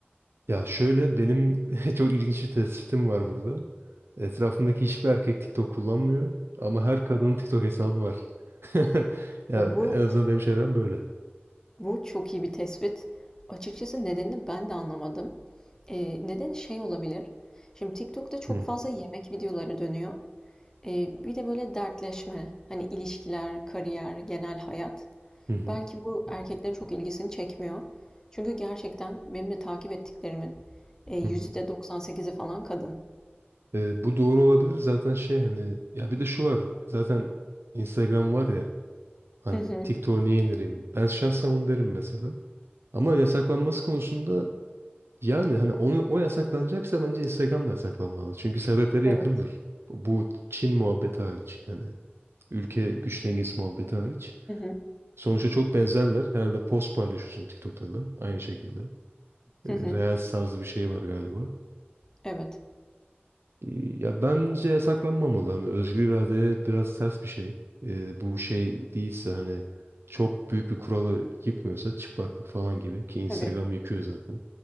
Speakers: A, on the right; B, on the left.
A: Ya şöyle benim <laughs> çok ilginç bir tespitim var burada. Etrafımdaki hiçbir erkek TikTok kullanmıyor ama her kadının TikTok hesabı var. <laughs> Ya
B: Ya
A: en
B: bu
A: azından benim çevrem böyle.
B: bu çok iyi bir tespit. Açıkçası nedenini ben de anlamadım. E, neden şey olabilir? Şimdi TikTok'ta çok
A: Hı
B: fazla yemek videoları dönüyor. E, bir de böyle dertleşme, hani ilişkiler, kariyer, genel hayat.
A: hı hı.
B: Belki bu erkeklerin çok ilgisini çekmiyor. Çünkü gerçekten benim de takip ettiklerimin, eee, %98'i
A: hı hı.
B: falan kadın.
A: Ee, bu doğru olabilir zaten şey hani ya bir de şu var zaten Instagram var ya Hani
B: Hı hı.
A: TikTok'a niye indireyim? Ben şahsen onu derim mesela. Ama yasaklanması konusunda yani hani onu o yasaklanacaksa bence Instagram da yasaklanmalı. Çünkü sebepleri
B: Evet.
A: yakındır. Bu Çin muhabbeti hariç yani. Ülke güç dengesi muhabbeti hariç.
B: Hı hı.
A: Sonuçta çok benzerler. Herhalde post paylaşıyorsun TikTok'ta da aynı şekilde. E,
B: Hı
A: Reels
B: hı.
A: tarzı bir şey var galiba.
B: Evet.
A: Ya bence yasaklanmamalı. Hani özgür iradeye biraz ters bir şey. Ee, bu şey değilse hani çok büyük bir kuralı yıkmıyorsa çıplaklık falan gibi ki Instagram
B: Tabii.
A: yıkıyor zaten.